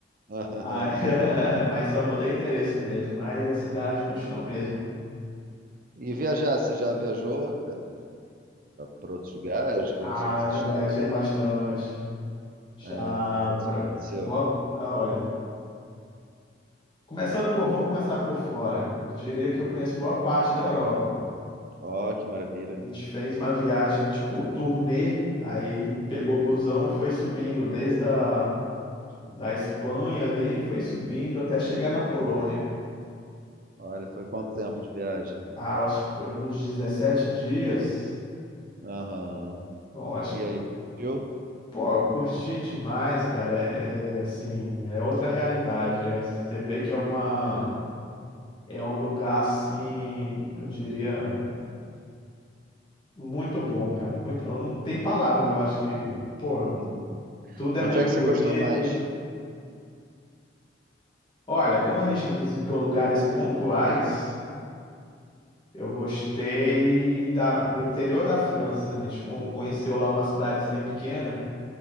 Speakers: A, on the right; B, on the left.
A: <laughs>
B: Ai, <laughs> mas só mudei endereço mesmo. Mas a cidade continua o mesmo.
A: E viajar, você já viajou para outros lugares, conheceu
B: Ah,
A: outros
B: já
A: estados?
B: viajei bastante. Já.
A: É, onde é
B: bra-
A: que você conheceu?
B: Boa... ah, Olha, começando por. Vamos começar por fora. Eu diria que eu conheço boa parte da Europa.
A: Ó, que maravilha.
B: A gente fez uma viagem, tipo, turnê. Aí pegou o busão e foi subindo, desde a
A: Ótimo.
B: da Espanha ali, foi subindo até chegar na Polônia.
A: Olha, foi quanto tempo de viagem?
B: Ah, eu acho que foi uns 17 dias.
A: Aham.
B: Bom, eu acho
A: E
B: que,
A: aí, curtiu?
B: pô, eu curti demais, cara. É, é, assim, é outra realidade. É, você vê que é uma, é um lugar assim, eu diria, muito bom, cara. Muito, eu não tem palavras, eu acho que, pô,
A: <laughs>
B: tudo é
A: Onde
B: muito
A: é que
B: bonito.
A: você gostou mais?
B: Olha, como a gente visitou lugares pontuais, eu gostei da, do interior da França. A gente con- conheceu lá uma cidadezinha pequena